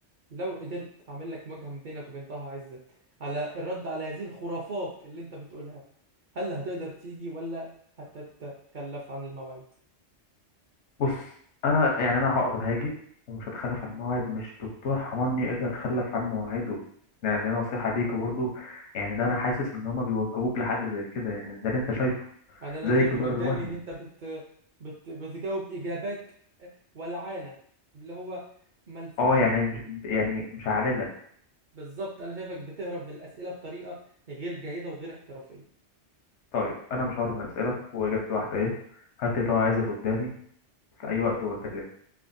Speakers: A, on the right; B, on the left.
A: لو قدرت اعمل لك مواجهه ما بينك وبين طه عزت على الرد على هذه الخرافات اللي انت بتقولها هل هتقدر تيجي ولا هتتخلف عن الموعد
B: بص أنا يعني أنا هقدر هاجي ومش هتخلف عن مواعيد مش دكتور حماني اللي هتخلف عن مواعيده يعني دي نصيحة ليك برضه يعني ده أنا حاسس إن هما بيوجهوك لحاجة زي كده يعني ده اللي أنت شايفه
A: انا انا
B: زي
A: شايفه
B: الجدار
A: قدامي
B: الوهمي
A: ان انت بت... بت... بتجاوب اجابات ولعانه اللي هو ملفوفه
B: اه يعني
A: كده
B: مش يعني مش عاللة
A: بالظبط انا شايفك بتهرب من الاسئله بطريقه غير جيده وغير احترافيه
B: طيب انا مش هعرض اسئله واجابتي واحده ايه هات لي طبعا عايزة قدامي في اي وقت وبكلمك